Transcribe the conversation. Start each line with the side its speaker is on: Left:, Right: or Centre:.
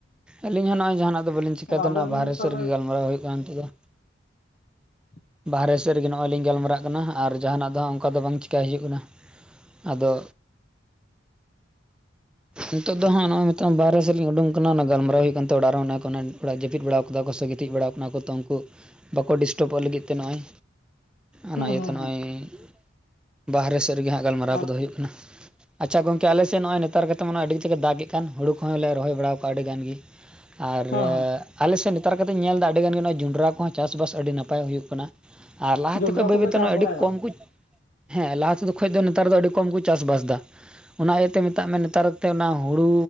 Centre: ᱟᱹᱞᱤᱧ ᱦᱚᱸ ᱱᱚᱜᱼᱚᱭ ᱡᱟᱦᱟᱱᱟᱜ ᱫᱚ ᱵᱟᱹᱞᱤᱧ ᱪᱤᱠᱟᱹ
Left: ᱟᱫᱚ
Centre: ᱫᱟ
Left: ᱟᱵᱮᱱ
Centre: ᱱᱚᱣᱟ ᱵᱟᱦᱨᱮ
Left: ᱛᱟᱦᱚᱞᱮ
Centre: ᱥᱮᱫ ᱨᱮᱜᱮ ᱜᱟᱞᱢᱟᱨᱟᱣ ᱦᱩᱭᱩᱜ ᱠᱟᱱ ᱛᱮᱜᱮ ᱼᱼ
Left: <inaudible>
Centre: ᱵᱟᱨᱦᱮ ᱥᱮᱫ ᱨᱮᱜᱮ ᱱᱚᱜᱼᱚᱭ ᱞᱤᱧ ᱜᱟᱞᱢᱟᱨᱟᱜ ᱠᱟᱱᱟ ᱟᱨ ᱡᱟᱦᱟᱱᱟᱜ ᱫᱚ ᱦᱟᱸᱜ ᱚᱝᱠᱟ ᱫᱚ ᱵᱟᱝ ᱪᱮᱠᱟᱹᱭ ᱦᱩᱭᱩᱜ ᱠᱟᱱᱟ ᱟᱫᱚ ᱱᱤᱛᱳᱜ ᱫᱚ ᱦᱟᱸᱜ ᱱᱚᱜᱼᱚᱭᱼᱼ ᱱᱤᱛᱚᱜ ᱵᱟᱨᱦᱮ ᱥᱮᱫ ᱨᱮᱧ ᱩᱰᱩᱝ ᱠᱟᱱᱟ ᱚᱱᱟ ᱜᱟᱞᱢᱟᱨᱟᱣ ᱦᱩᱭᱩᱜ ᱠᱟᱱᱛᱮ ᱚᱲᱟᱜ ᱨᱮ ᱦᱚᱸ ᱚᱱᱟ ᱚᱲᱟᱜ ᱡᱟᱹᱯᱤᱫ ᱵᱟᱲᱟᱣ ᱠᱟᱫᱟ ᱠᱚ ᱥᱮ ᱜᱤᱛᱤᱡ ᱵᱟᱲᱟᱣ ᱠᱟᱱᱟ ᱠᱚ ᱛᱚ ᱩᱝᱠᱩᱼᱼ ᱵᱟᱠᱚ ᱰᱤᱥᱴᱟᱵᱚᱜ ᱞᱟᱹᱜᱤᱫ ᱛᱮ ᱱᱚᱜᱼᱚᱭ ᱚᱱᱟ
Left: ᱦᱩᱸ
Centre: ᱤᱭᱟᱹᱛᱮ
Left: ᱦᱩᱸ ᱦᱩᱸ
Centre: ᱱᱚᱜᱼᱚᱭ ᱵᱟᱦᱨᱮ ᱥᱮᱫ ᱨᱮᱜᱮ ᱦᱟᱸᱜ ᱜᱟᱞᱢᱟᱨᱟᱣ
Left: ᱟᱨ
Centre: ᱠᱚᱫᱚ ᱦᱩᱭᱩᱜ ᱼᱼ ᱵᱟᱜ ᱟᱪᱪᱷᱟ ᱜᱚᱝᱠᱮ ᱟᱞᱮ ᱥᱮᱫ ᱱᱚᱜᱼᱚᱭ ᱱᱮᱛᱟᱨ ᱜᱮᱛᱚ ᱢᱟᱱᱮ ᱟᱹᱰᱤ ᱡᱩᱨ ᱮ ᱫᱟᱜᱮᱜ ᱠᱟᱱ ᱦᱩᱲᱩᱼᱼ ᱠᱚᱸᱦᱚᱸ ᱞᱮ ᱨᱚᱦᱚᱭ ᱵᱟᱲᱟᱣ ᱠᱟᱜ ᱟᱹᱰᱤ ᱜᱟᱱ ᱜᱮ ᱟᱨᱻ
Left: ᱦᱮᱸ ᱦᱮᱸ
Centre: ᱟᱞᱮᱥᱮᱫ ᱱᱮᱛᱟᱨ ᱠᱟᱛᱮᱧ ᱧᱮᱞ ᱫᱟ ᱟᱹᱰᱤ ᱜᱟᱱ ᱜᱮ ᱱᱚᱜᱼᱚᱭ ᱡᱚᱸᱰᱨᱟ ᱠᱚᱦᱚᱸ ᱪᱟᱥᱼᱵᱟᱥ ᱟᱹᱰᱤ ᱱᱟᱯᱟᱭ ᱦᱩᱭᱩᱜ ᱠᱟᱱᱟ᱾ ᱟᱨ ᱞᱟᱦᱟᱛᱮ
Left: ᱡᱚᱱᱰᱨᱟ
Centre: ᱠᱷᱚᱡᱽ ᱵᱟᱹᱭ
Left: ᱠᱚᱯᱮ
Centre: ᱵᱟᱹᱭᱛᱮ
Left: ᱪᱟᱥ
Centre: ᱟᱹᱰᱤ
Left: ᱵᱟᱲᱟᱭᱮᱫᱟ
Centre: ᱠᱚᱢ ᱠᱚ ᱦᱮᱸ ᱞᱟᱦᱟ ᱥᱮᱫ ᱠᱷᱚᱡᱽ ᱫᱚ ᱱᱮᱛᱟᱨ ᱫᱚ ᱟᱹᱰᱤ ᱠᱚᱢ ᱠᱚ ᱪᱟᱥᱼᱵᱟᱥ ᱫᱟ ᱚᱱᱟ ᱤᱭᱟᱹᱛᱮ ᱢᱮᱛᱟᱜ ᱢᱮ ᱱᱮᱛᱟᱨ ᱛᱮ ᱚᱱᱟ ᱦᱩᱲᱩ